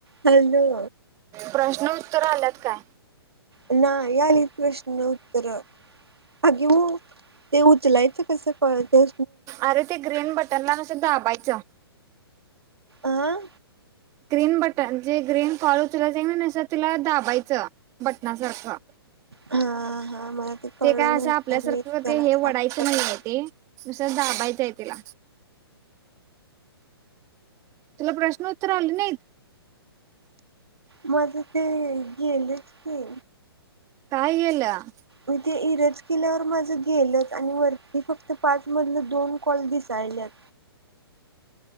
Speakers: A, on the right; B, on the right.
A: हॅलो
B: प्रश्न उत्तर आल्यात काय?
A: नाही आलीत प्रश्न उत्तर अगं ते उचलायचं कसं कळतं
B: अरे ते ग्रीन बटनला नुसतं दाबायचं.
A: आं
B: ग्रीन बटन जे ग्रीन कॉल तुला सग नुसतं तुला दाबायचं बटनासारखं
A: हा हा मला कळलं
B: ते काय असं
A: नंतर
B: आपल्यासारखं
A: मी त्याला
B: ते हे
A: साईड
B: वडायचं
A: कराल
B: नाही आहे ते तसं दाबायचं आहे त्याला तुला प्रश्न उत्तर आले नाहीत?
A: माझं ते गेलेच की
B: काय गेलं?
A: मी ते इरज केल्यावर माझं गेलंच आणि वरती फक्त पाच मधलं दोन कॉल दिसायल्यात.